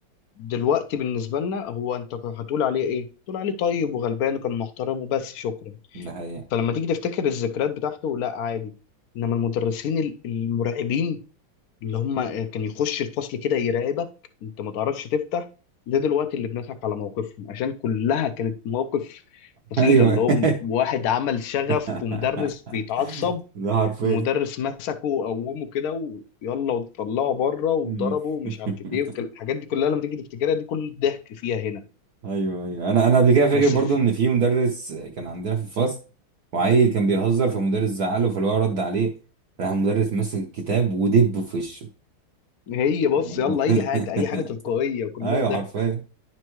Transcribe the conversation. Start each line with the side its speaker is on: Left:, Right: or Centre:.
Left: دلوقتي بالنسبة لنا هو انت هتقول عليه ايه؟ تقول عليه طيب وغلبان وكان محترم وبس شكرا
Right: ده حقيقة
Left: فلما تيجي تفتكر الذكريات بتاعته لا عادي انما المدرسين ال- المرعبين اللي هم كان يخش الفصل كده يراقبك انت ما تعرفش تفتح ده دلوقتي اللي بنضحك على مواقفهم عشان كلها كانت مواقف فصيلة
Right: ايوه
Left: اللي هو
Right: <laughs>
Left: واحد عمل شغف
Right: <laughs>
Left: ومدرس بيتعصب
Right: ده حرفيا
Left: المدرس مسكه وقومه كده ويلا وطلعه بره وضربه
Right: مم.
Left: ومش
Right: <laughs>
Left: عارف ايه والكل- الحاجات دي كلها لما تيجي تفتكرها دي كل الضحك فيها هنا
Right: ايوه ايوه انا انا قبل كده فاكر
Left: بس
Right: برضو
Left: في-
Right: ان في مدرس كان عندنا في الفصل وعيل كان بيهزر فمدرس زعله فاللي هو رد عليه راح المدرس ماسك الكتاب ودبه في وشه
Left: هي بص
Right: <laughs>
Left: يلا اي حاجة اي حاجة تلقائية كلها
Right: ايوه
Left: ضحك
Right: حرفيا